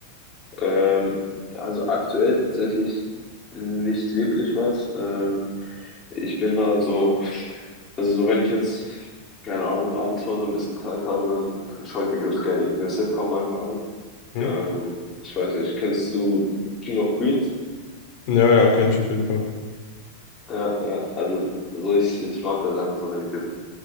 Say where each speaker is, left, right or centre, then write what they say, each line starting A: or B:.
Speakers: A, on the left; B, on the left.
A: Ähm, ja, also aktuell tatsächlich nicht wirklich was. Ähm, ich bin da so, also so wenn ich jetzt, keine Ahnung, abends mal so ein bisschen Zeit habe, dann schaue ich mir ganz gerne irgendeine Sitcom einfach an.
B: Hm?
A: Ähm, ich weiß nicht, kennst du King of Queens?
B: Ja, ja, kenne ich auf jeden Fall.
A: Ja, ja, also so ich, ich mag das einfach so, wenn ich jetzt,